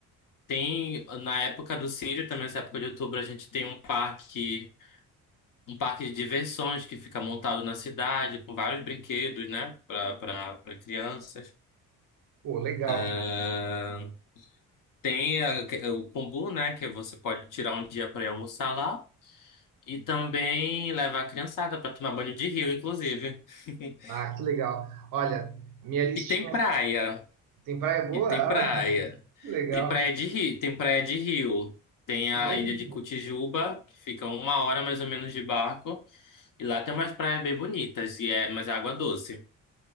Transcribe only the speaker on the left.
tem na época do Círio, também nessa época de outubro, a gente tem um parque um parque de diversões que fica montado na cidade, com vários brinquedos, né, para para crianças.
Ah, tem a- o kombu, né, que você pode tirar um dia para ir almoçar lá. E também leva a criançada para tomar banho de rio, inclusive. <laughs>
E tem praia.
E tem
praia.
Tem praia de rio, tem praia de rio. Tem
a ilha de Cotijuba, que fica uma hora mais ou menos de barco. E lá tem umas praias bem bonitas, e é, mas é água doce.